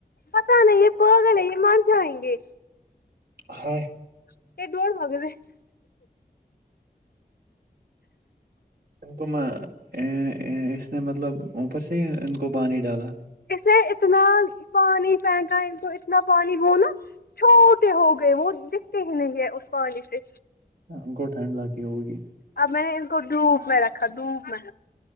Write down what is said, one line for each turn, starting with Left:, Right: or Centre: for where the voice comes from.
Left: پتہ نہیں یے پاگل ہے یے مر جائیں گے
Right: ہاے
Left: <unintelligible>
Right: ان کو میں اے اے اس نے مطلب اوپر سے ہی ان کو پانی ڈالا
Left: اس نے اتنا پانی پہنکا ہے ان کو اتنا پانی ہو نا چھوٹے ہو گئے وہ دکھتے ہی نہیں ہیں اس پانی سے
Right: ان کو ٹھنڈ لگ گئی ہوگی
Left: اب میں نے ان کو ڈھوپ میں رکھا ڈھوپ میں